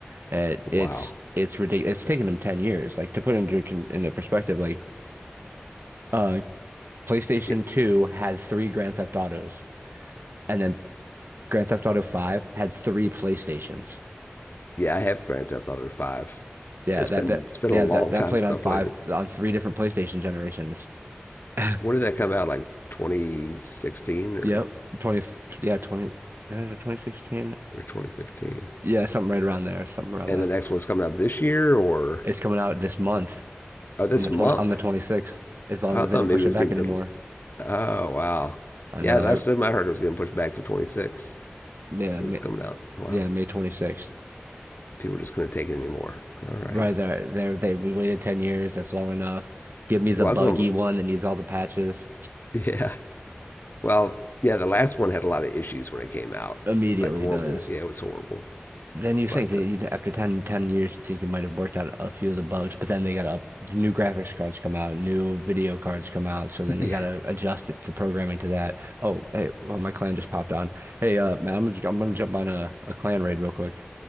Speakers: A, on the right; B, on the left.
A: It,
B: Wow.
A: it's it's ridiculous. It's taken them 10 years. Like to put into con- into perspective, like uh PlayStation
B: Y-
A: 2 had three Grand Theft Autos and then Grand Theft Auto 5 had three PlayStations.
B: Yeah, I have Grand Theft Auto Five.
A: Yeah,
B: It's
A: that
B: been
A: that
B: it's been
A: yeah,
B: a long
A: that that
B: time
A: played
B: since
A: on
B: I
A: five
B: played it.
A: on three different PlayStation generations. <laughs>
B: When did that come out? Like 2016 or
A: Yep. 20 yeah, 20 uh, 2016.
B: or 2015?
A: Yeah, something right around there, something around
B: and
A: that.
B: the next one's coming out this year or
A: It's coming out this month
B: oh, this
A: on the
B: month.
A: 20 on the 26th as long
B: I
A: as
B: thought
A: they don't
B: maybe
A: push
B: it
A: it
B: was
A: back
B: getting.
A: anymore.
B: to Oh wow,
A: I
B: yeah,
A: know.
B: last time I heard it was getting pushed back to 26,
A: I, yeah,
B: so it's coming out. Wow,
A: Yeah, May 26th.
B: people just couldn't take it anymore. All right.
A: Right there, there they we waited 10 years. That's long enough. Give me the
B: Well,
A: buggy
B: that's what I'm,
A: one that needs all the patches.
B: <laughs> yeah. Well, yeah, the last one had a lot of issues when it came out,
A: Immediately
B: like horrible.
A: does.
B: Yeah, it was horrible.
A: Then you think
B: But
A: that
B: uh,
A: you after ten 10 years, you think you might have worked out a few of the bugs, but then they got up new graphics cards come out, new video cards come out, so then
B: yeah.
A: they got to adjust it, the programming to that. Oh, hey, well, my clan just popped on. Hey, uh, man, I'm, gonna- I'm gonna jump on a, a clan raid real quick.